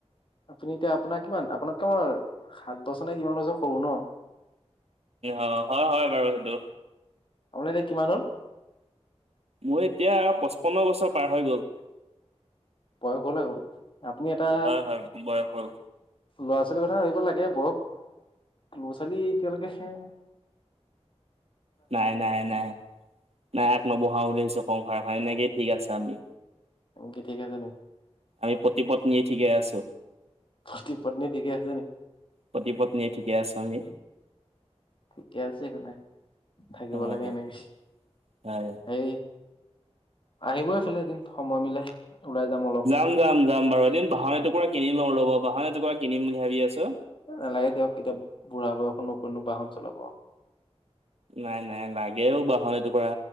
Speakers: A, on the left (about 50°); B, on the right (about 65°).
A: আপুনি এতিয়া আপোনাৰ কিমান আপোনাত্কে মই সাত বছৰ নে কিমান বছৰ সৰু ন
B: অঁ হয় হয় বাৰু সেইটো
A: আপোনৰ এতিয়া কিমান হল
B: মোৰ এতিয়া পঁচপন্ন বছৰ পাৰ হৈ গ'ল
A: বয়স গলে আৰু আপুনি এটা
B: হয় হয় বয়স হ'ল
A: ল'ৰা ছোৱালীৰ কথা ভাবিব লাগে বক ক্ল'জ আজি এতিয়াহালৈক
B: নাই নাই নাই নাই আ নবহাওঁ বুলি ভাবিছো সংসাৰখন এনেকেই ঠিক আছে আমি
A: কি ঠিকে আছেনো
B: আমি প্ৰতিপত্নীয়ে ঠিকে আছো
A: পতি পত্নীয়ে ঠিকে আছে নি
B: পতিপত্নীয়ে ঠিকে আছো আমি
A: ঠিকে আছে সেইকাৰণে থাকিব
B: হয়
A: লাগে
B: হয়
A: এনেকৈ
B: হয়
A: হে আহিব ইফালে এদিন সময় মিলাই ওলাই যাম অলপ
B: যাম যাম যাম বাৰু এদিন বাহনএটুকুৰা কিনি লওঁ ৰ'ব বাহন এটকুৰা কিনিম বুলি ভাবি আছো
A: নালাগে দিয়ক এতিয়া বুঢ়া বয়সত কতনো বাহন চলাব
B: নাই নাই লাগেও বাহন এটুকুৰা